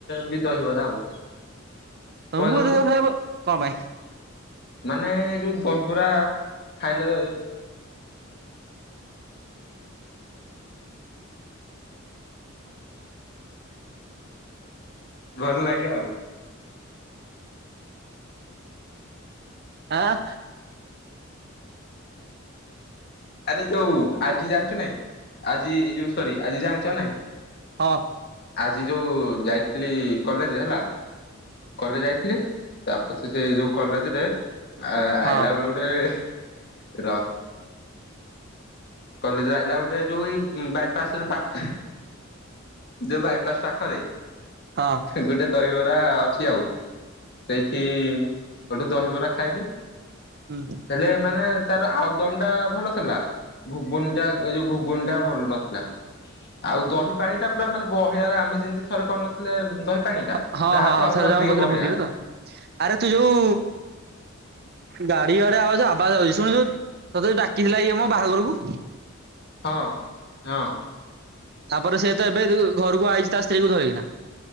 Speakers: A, on the left; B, on the right.
A: ବି ଦହିବରା ଆଉ। କଣ
B: ତମକୁ
A: ପାଇଁ କହିଲୁ?
B: ଦହିବରା ଖାଇବାକୁ କଣ ପାଇଁ?
A: ମାନେ ଏ ଯୋଉ, ଦହିବରା ଖାଇଲେ ଭଲ ଲାଗେ ଆଉ।
B: ଆଁ?
A: ଆରେ ଏଇ ଯୋଉ। ଆଜି ଜାଣିଛ ନାହିଁ। ଆଜି ଏ ଯୋଉ, ସରି ଆଜି ଜାଣିଛ ନାହିଁ।
B: ହଁ।
A: ଆଜି ଯୋଉ, ଯାଇଥିଲି କଲେଜ, ହେଲା। କଲେଜ ଯାଇଥିଲି। ତାପଛରେ ସେ ଯୋଉ କଲେଜ ରେ ଆଇଲା
B: ହଁ
A: ବେଳେ, ଗୋଟେ ରହ। କଲେଜରୁ ଆଇଲା ଗୋଟେ। ଯୋଉ ଏଇ ବାଇପାସରେ। ପାଖରେ ଯୋଉ ବାଇପାସ୍ ପାଖରେ।
B: ହଁ
A: ଗୋଟେ ଦହିବରା ଅଛି ଆଉ। ସେଇଠି ଗୋଠୁ ଦହିବରା ଖାଇଲି।
B: ହୁଁ
A: ହେଲେ। ମାନେ ତାର, ଆଉଦମ ଟା ଭଲ ଥିଲା। ଘୁଗୁନ ଟା, ଏଇ ଯୋଉ ଘୁଗୁନ ଟା ଭଲ ନଥିଲା। ଆଉ ଦହି ପାଣି ଟା ପୁରା, ମାନେ ବହଳିଆରେ। ଆମେ ଯେମିତି ଥରେ କରିନଥିଲେ। ଦହି ପାଣି ଟା
B: ହଁ ହଁ,
A: ତାଠୁ
B: ହଁ।
A: ଆହୁରି
B: ସରଦାମ
A: ଅଧିକ
B: କରିଥିଲେ,
A: ବହଳିଆ
B: ଭୋଜିରେ ତ। ଆରେ ତୁ ଯୋଉ ଗାଡି ଗାଡିଆ ଆବା ଆବାସ ଆଛି। ଶୁଣିଛୁ, ତତେ ଯଦି ଡାକିଥିଲାମ, ବାହାଘରକୁ।
A: ହଁ ହଁ।
B: ତାପରେ, ସେ ତ ଏବେ ଘରକୁ ଆଇଛି। ତା ସ୍ତ୍ରୀ କୁ ଧରିକିନା।